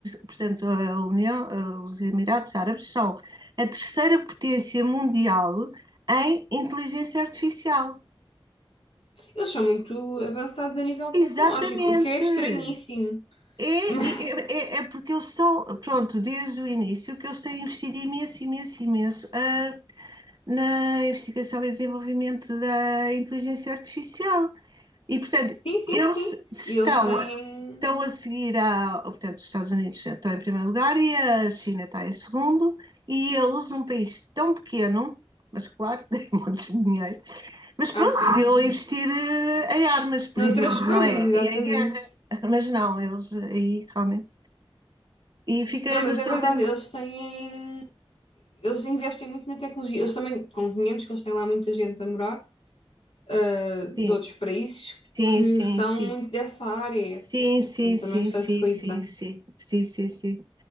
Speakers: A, on the right; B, on the left.
A: portanto, a União, os Emirados Árabes são a terceira potência mundial em inteligência artificial.
B: Eles são muito avançados a nível tecnológico,
A: Exatamente.
B: o que é estranhíssimo.
A: É,
B: <laughs>
A: é, é, é porque eles estão, pronto, desde o início que eles têm investido imenso, imenso, imenso a, na investigação e desenvolvimento da inteligência artificial. E, portanto,
B: sim, sim,
A: eles
B: sim.
A: estão,
B: E eles têm.
A: estão a seguir a. Portanto, os Estados Unidos estão em primeiro lugar e a China está em segundo, e eles, um país tão pequeno, mas claro <laughs> que tem montes de dinheiro, mas pronto,
B: Ah, sim.
A: podiam investir eh, em armas, por
B: Noutras
A: exemplo, não
B: coisas,
A: é?
B: exatamente.
A: E em guerra, <laughs> mas não, eles aí realmente. E fiquei
B: Não, mas
A: bastante.
B: é verdade, eles têm. Eles investem muito na tecnologia. Eles também, convenhamos que eles têm lá muita gente a morar, ah, de
A: Sim,
B: outros países
A: sim,
B: que
A: sim,
B: são
A: sim.
B: muito dessa área,
A: Sim,
B: etc.
A: sim,
B: Portanto, também
A: sim,
B: facilita.
A: sim, sim, sim, sim, sim, sim.